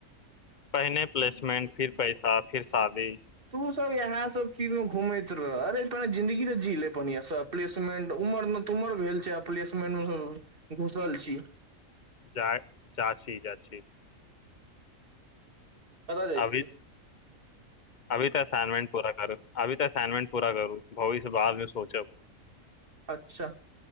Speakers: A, on the left; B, on the right.
A: पहिने प्लेसमंट फिर पैसा फिर शादी
B: तू सब इहा सब तीनो घुमैत रह अरे थोड़ा जिंदगी तऽ जीले बढ़ियाँ सँ प्लेसमेंट उमरमे न तुमर भेल छै आ प्लेसमेंट मे घुसल छी
A: जाय जा छी जा छी
B: कतऽ जाइ
A: अभी
B: छियै
A: अभी तऽ सनवन पूरा करू अभी असाइनमेंट पूरा करू भविष्य बादमे सोचब
B: अच्छा